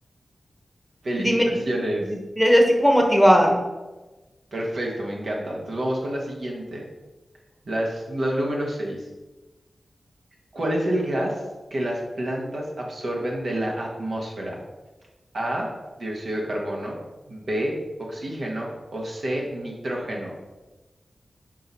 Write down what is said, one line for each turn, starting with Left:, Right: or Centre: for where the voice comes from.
Right: Felicitaciones.
Centre: dime, di- ya ya estoy como motivada.
Right: Perfecto, me encanta. Entonces vamos con la siguiente. Las, la número seis ¿Cuál es el gas que las plantas absorben de la atmósfera? A, dióxido de carbono, B, oxígeno o C, nitrógeno.